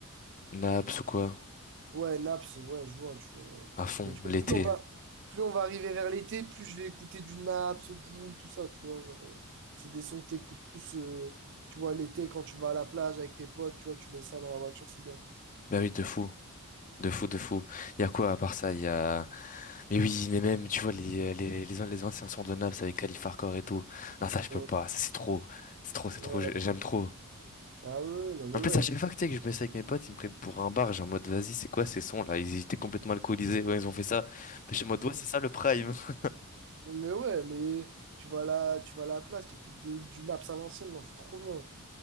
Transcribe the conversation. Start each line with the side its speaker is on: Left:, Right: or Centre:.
Left: Naps ou quoi
Right: Ouais, Naps, ouais, je vois, tu vois.
Left: à fond
Right: Mais tu vois,
Left: l'été.
Right: plus on va, plus on va arriver vers l'été, plus je vais écouter du Naps, Jul, tout ça, tu vois. genre, euh, c'est des sons que t'écoutes plus, euh, tu vois, l'été, quand tu vas à la plage avec tes potes, tu vois, tu mets ça dans la voiture, c'est bien.
Left: Bah oui de fou. De fou, de fou. Il y a quoi à part ça? Il y a... Mais oui, mais même, tu vois, les, les, les, les anciens sons de Naps avec Calif Hardcore et tout. Non, ça, je peux
Right: Ouais.
Left: pas. Ça, c'est trop. C'est trop, c'est
Right: Ouais.
Left: trop. j'ai- J'aime trop.
Right: Ah ouais, ouais, non mais
Left: En plus,
Right: ouais.
Left: à chaque fois que, tu sais, que je me suis avec mes potes, ils me prennent pour un bar. J'ai en mode, vas-y, c'est quoi ces sons là? Ils étaient complètement alcoolisés. Ouais, ils ont fait ça. Mais je suis en mode,
Right: Mhm.
Left: ouais, c'est ça le prime. <laughs>
Right: Non, Mais ouais, mais tu vas là, tu vas à la plage, t'écoutes de- du Naps à l'ancienne, non, c'est trop bien.